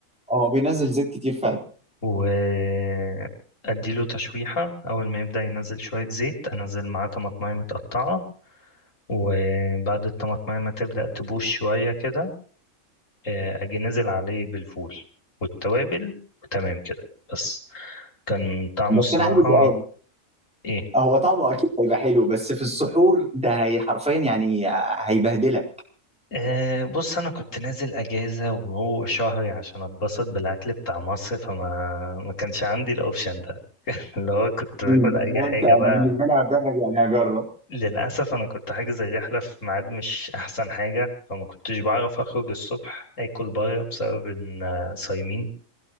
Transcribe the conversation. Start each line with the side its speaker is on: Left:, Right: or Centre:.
Centre: هو بينزل زيت كتير فعلا
Left: وأديله تشويحة أول ما يبدأ ينزل شوية زيت أنزل معاه طماطماية متقطعة وبعد الطماطماية ما تبدأ تبوش شوية كده آه، أجي نزل عليه بالفول والتوابل وتمام كده بس كان طعمه
Centre: بس
Left: الصراحة
Centre: انا عندي سؤال
Left: إيه
Centre: هو طعمه اكيد هيبقى حلو بس في السحور ده هي حرفيا يعني هيبهدلك
Left: أه بص انا كنت نازل اجازه وهو شهري عشان اتبسط بالاكل بتاع مصر فما ما كانش عندي الاوبشن ده اللي هو كنت باكل
Centre: امم
Left: اي
Centre: لو
Left: حاجه
Centre: انت انا
Left: بقى
Centre: بالنسبه لي هجرب يعني هجرب
Left: للاسف انا كنت حاجز الرحله في ميعاد مش احسن حاجه فما كنتش بعرف اخرج الصبح اكل بره بسبب ان آه، صايمين